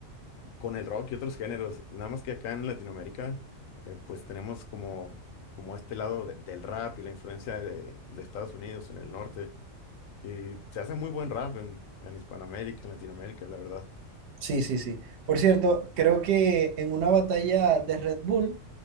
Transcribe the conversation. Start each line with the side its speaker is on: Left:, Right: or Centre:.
Left: con el rock y otros géneros, nada más que acá en Latinoamérica, eh, pues tenemos como, como este lado de- del rap y la influencia de, de Estados Unidos en el norte, y se hace muy buen rap en, en Hispanoamérica, en Latinoamérica, la verdad.
Right: Sí, sí, sí. Por cierto, creo que en una batalla de Red Bull,